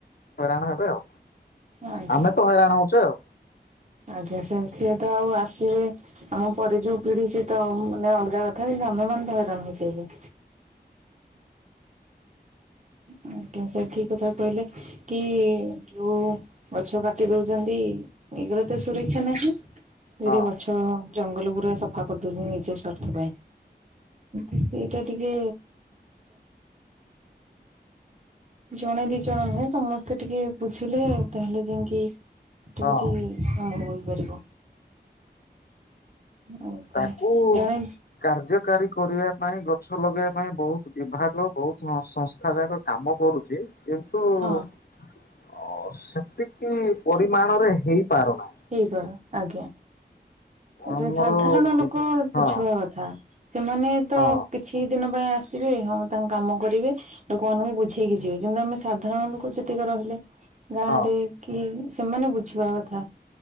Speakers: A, on the left; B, on the right.
A: ହଇରାଣ ହେବେ। ଆଉ
B: ଆଜ୍ଞା
A: ଆମେ ତ ହଇରାଣ ହଉଛେ ଆଉ।
B: ଆଜ୍ଞା ସ ସିଏ ତ ଆଉ ଆସିବେ ଆମ ପରେ ଯୋଉ ପିଢି ସିଏ ତ ମାନେ ଅଲଗା କଥା କିନ୍ତୁ ଆମମାନୋନ ତ ହଇରାଣ ହେଉଛେ ଏବେ। ଆ କିନ୍ତୁ ସେ ଠିକ କଥା କହିଲେ। କି ଯୋଉ ଗଛ କାଟି ଦଉଛନ୍ତି ଏ ତ ସୁରକ୍ଷା ନାହିଁ।
A: ହଁ
B: ଯ ଗଛ ଜଙ୍ଗଲ ପୁରା ସଫା କରିଦଉଛନ୍ତି ନିଜ ସ୍ୱାର୍ଥ ପାଇଁ ଏ ସେଇଟା ଟିକେ ଜଣେ ଦି ଜଣ ନୁହେଁ ସମସ୍ତେ ଟିକେ ବୁଝିଲେ ତାହେଲେ ଯାଇକି ଏଟେ
A: ହଁ
B: କିଛି ସମ୍ଭବ ହେଇପାରିବ। ଆଜ୍ଞା
A: ତାକୁ
B: ଜଣେ
A: କାର୍ଯ୍ୟକାରୀ କରିବା ପାଇଁ ଗଛ ଲଗେଇବା ପାଇଁ ବହୁତ ବିଭାଗ ବହୁତ ସଂସ୍ ଦେଖ ଯାକ କାମ କରୁଛି କିନ୍ତୁ ଅ
B: ହଁ
A: ସେତିକି ପରିମାଣରେ ହେଇପାରୁନାହିଁ।
B: ହେଇଗ ଆଜ୍ଞା।
A: ଆମର
B: ଏ ସାଧାରଣ ଲୋକ
A: ବିଭି ହଁ
B: ବୁଝୁିବ ଆଛ ସେମାନେ ତ
A: ହଁ
B: କିଛି ଦିନ ପାଇଁ ଆସିବେ ହଁ ତାଙ୍କ କାମ କରିବେ। ଲୋକମାନଙ୍କୁ ବୁଝେଇକି ଯିବେ। କିନ୍ତୁ ଆମେ ସାଧାରଣ ଲୋକ ଯେତିକି ରହିଲେ ଗାଁରେ
A: ହଁ
B: କି ସେମାନେ ବୁଝିବା କଥା।